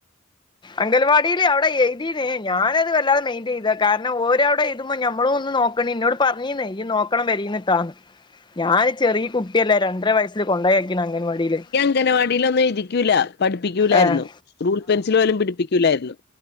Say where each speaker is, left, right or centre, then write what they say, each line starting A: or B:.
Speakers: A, on the left; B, on the left.
A: <inaudible>
B: അംഗൽവാടിയില് അവടെ എഴുതിനു ഞാനത് വല്ലതെ മൈന്റ് ചെയ്തില്ല കാരണംഓരവിടെ എഴതുമ്പോൾ നമ്മളും ഒന്ന് നോക്ക ഇന്നോട് പറഞ്ഞീന്ന് ഇയി നോക്കണം പെരേന്ന്ട്ടോന്ന് ഞാന് ചെറിയ കുട്ടില്ലെ രണ്ടര വയസ് കൊണ്ടയക്കിന് അംഗൻവാടിയില്
A: <unintelligible> അംഗനവാടിയിലൊന്നും ഇരിക്കൂല്ല പഠിപ്പിക്കൂല്ലായിരുന്നു
B: ഏഹ്
A: റൂൾ പെൻസിൽ പോലും പിടിപ്പിക്കൂല്ലായിരുന്നു